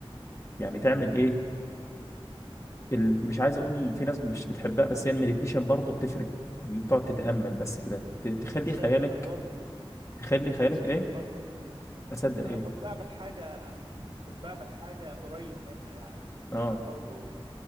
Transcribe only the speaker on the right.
تصدق
برضو
تصدق
برضو
انا كنت بعمل حاجة كنت بعمل حاجة قريب منها يعني ان
انا برضو